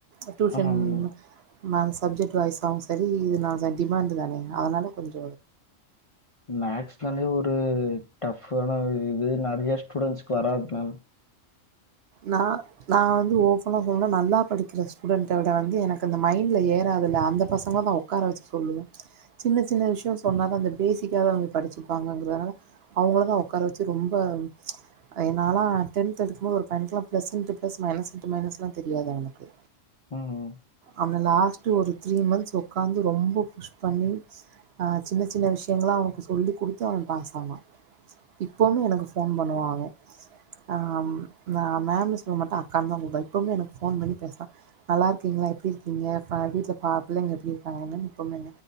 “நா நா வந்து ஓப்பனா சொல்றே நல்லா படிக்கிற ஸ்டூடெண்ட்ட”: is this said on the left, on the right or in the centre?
Right